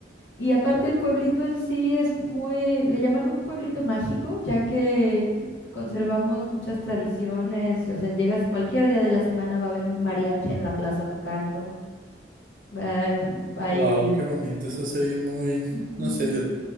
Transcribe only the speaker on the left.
Y aparte el pueblito en sí es muy, le llaman un pueblito mágico, ya que conservamos muchas tradiciones, o sea, llegas cualquier día de la semana va a haber un mariachi en la plaza tocando, va- hay...
Ujú.